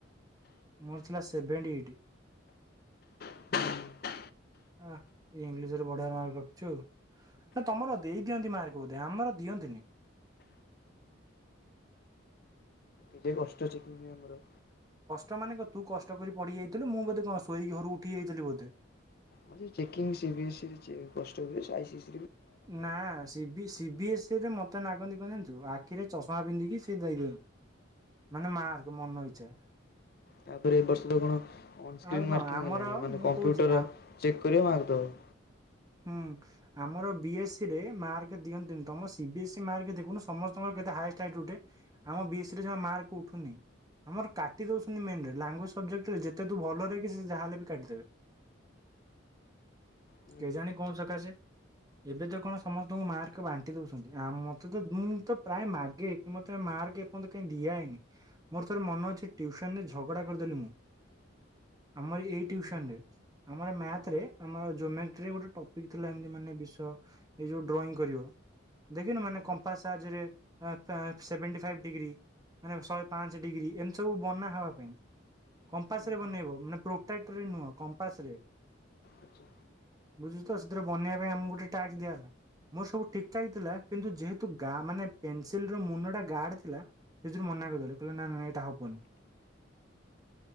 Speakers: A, on the right; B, on the left.
A: ମୋର ଥିଲା ସେଭେନ୍ଟି ଏଇଟି।
B: ଦେଇ
A: ଆହା ଏ ଇଂଲିଶରେ ବଢିଆ ମାର୍କ ରଖିଛୁ ନା ତମର ଦେଇ ଦିଅନ୍ତି ମାର୍କ ବୋଧେ ଆମର ଦିଅନ୍ତିନି।
B: ଏତେ କଷ୍ଟ ଯିବଣରେ ଆମର।
A: ତା ମାନେ କଣ ତୁ କଷ୍ଟ କରି ପଢଡିି ଯାଇଥିଲୁ ମୁଁ ବୋଧେ କଣ ଶୋଇକି ଘରୁକୁ ଉଠି ଯାଇଥିଲି ବୋଧେ।
B: ହଁ ଯେ checking C B S E ରେ କଷ୍ଟ ହୁଏ ସେ ଆଇ ସି ଏସ ଇ।
A: ନା C B C B S E ରେ ମତେ ସେ ନାଗନ୍ତି କଣ ଜାଣିଛୁ ଆଖିରେ ଚଷମା ପିନ୍ଧିକି ସେ ଦେଇଦିଅନ୍ତି ମାନେ ମାର୍କ ମନ ଇଚ୍ଛା।
B: ତା ପରେ ଏ ବର୍ଷ ତ କଣ। ଅନ ସ୍କ୍ରିନ
A: ଆଉ କଣ
B: ମାର୍କିଙ୍ଗ
A: ଆମର
B: ହେଲାଣି ମାନେ
A: ମୁଁ
B: କମ୍ପୁଟର
A: କହୁଛି
B: ଚେକ କରିବ ମାର୍କ ଦେବ।
A: ହଁ ଆମର ବି ଏସ ଇ ରେ ମାର୍କ ଦିଅନ୍ତିନି ତମ C B S C mark ଦେଖୁନ ସମସ୍ତଙ୍କର କେତେ ହାଇଏଷ୍ଟେ ହାଇଏଷ୍ଟ ଉଠେ ଆମ ବି ଏସ ସି ରେ ମାର୍କ ଉଠୁନି ଆମର କାଟି ଦଉଚନ୍ତି ମେନ ରେ ଲଙ୍ଗୁଏଜେ ସବଜେକଟରେ ଯେତେ ତୁ ଭଲ ଲେଖେ ସିଏ ଯାହା ହେଲେ ବି କାଟିଦେବେ।
B: ହୁଁ
A: କେ
B: ହୁଁ
A: ଜାଣି କଉ ସକାସେ ଏବେ ତ କଣ ସମସ୍ତଙ୍କ ମାର୍କ ବାଣ୍ଟିଦେଉଛନ୍ତି ଆମ ମତେ ମୁଁ ତ ପ୍ରାୟ ମାଗେ ମତେ ମାର୍କ ଏପଯ୍ୟନ୍ତ କାହିଁ ଦିଆ ହେଇନାହିଁ ମୋର ଥରେ ମନେଅଛି ଟିଉସନରେ ଝଗଡା କରିଦେଲି ମୁଁ ଆମରି ଏଇ ଟିଉସନରେ
B: ହୁଁ
A: ଆମ ମ୍ୟାଥରେ ଆମ ଜୋମେଟ୍ରି। ଏ ଗୋଟେ ଟପିକ ଥିଲା ଏମିତି ମାନେ ବିଷୟ ଏ ଯୋଉ ଡ୍ରଇଙ୍ଗ କରିବ ଦେଖିନୁ ମାନେ
B: ହୁଁ
A: କମ୍ପାସ ସାହାଯ୍ୟରେ ସେଭେଣ୍ଟି ଫାଇବ ଡ଼ିଗ୍ରୀ ମାନେ ଶହେ ପାଞ୍ଚ ଡ଼ିଗ୍ରୀ ଏମିତି ସବୁ ବନା ହବା
B: ହୁଁ
A: ପାଇଁ କମ୍ପାସରେ
B: ହୁଁ ହୁଁ
A: ବନାଇବ ମାନେ ପ୍ରୋଟାକ୍ଟରରେ ନୁହଁ କମ୍ପାସରେ।
B: ଆଚ୍ଛା
A: ବୁଝୁ ତ ସେଥିରେ ବନେଇବା ପାଇଁ ଆମକୁ ଗୋଟେ ଟ୍ୟାସ୍କ ଦିଆଗଲା ମୋର ସବୁ ଠିକଠାକ୍ ଥିଲା କିନ୍ତୁ ଯେହେତୁ ଗାଁ ମାନେ ପେନସିଲର ମୁନଟା ଗାଡ ଥିଲା ସେଥିରେ ମନା କରିଦେଲେ କହିଲେ ନା ନାଁ ଏଇଟା ହବନି।